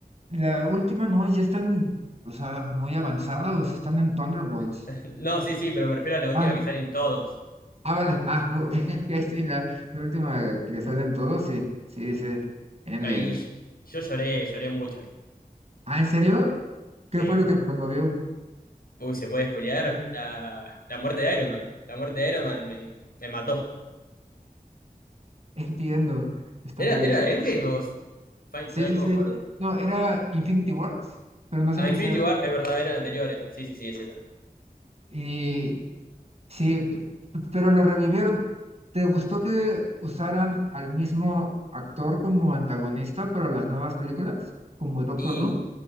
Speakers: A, on the right; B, on the left.
A: La última no, ya están, o sea, muy avanzados, están en Thunderbolts.
B: <laughs> No, sí, sí, pero me refiero a la última
A: Ah,
B: que salen todos.
A: ah, vale, ah, ok, <laughs> ok, sí, la, la última que salen todos, sí, sí, dice Endgame.
B: Ahí yo, yo lloré, lloré mucho ahí.
A: Ah, ¿en serio? ¿Qué
B: Sí.
A: fue lo que te conmovió?
B: Uy, ¿se puede spoilear?
A: <laughs> Eh,
B: La, la muerte de Iron Man. La muerte de Iron Man me, me mató.
A: Entiendo, está
B: ¿Era,
A: muy bien.
B: era Endgame o Fin-
A: Sí,
B: Ay,
A: sí,
B: no
A: sí.
B: me acuerdo.
A: No, era Infinity Wars, pero no sé
B: A
A: si
B: Infinity
A: sea.
B: War, es verdad, era eran esa Sí, sí, sí, es esa.
A: Y, Sí, t- pero lo revivieron. ¿Te gustó que usaran al mismo actor como antagonista para las nuevas películas? Como Doctor
B: Y
A: Doom.